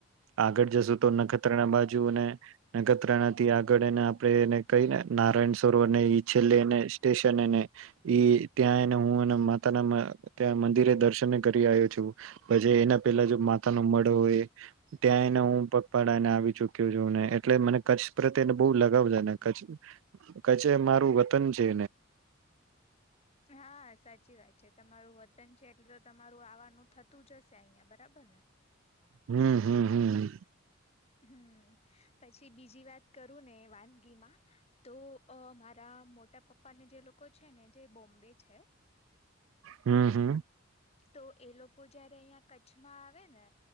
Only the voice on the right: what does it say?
આગળ જશું તો નખ બાજુ, નેગત્રથી આગળ, એના આરે, એને, કંઈ નારાયણ સરોવરને છેલ્લે, એને સ્ટેશન, એને ત્યાં, એને હું એ માતાના ત્યાં મંદિરે દર્શન કરી આવ્યો છું. પછી એના પેલા જો માતા ન મળે હોય, ત્યાં એને હું પગપાળાને આવી ચુક્યો છું ને. એટલે મને કચ્છ પ્રત્યેને બહુ લ કેટલા બધાને, કચ્છ, કચ્છ મારુ ગામ છે.
હમ.
હમ હમ
હમ, હમ.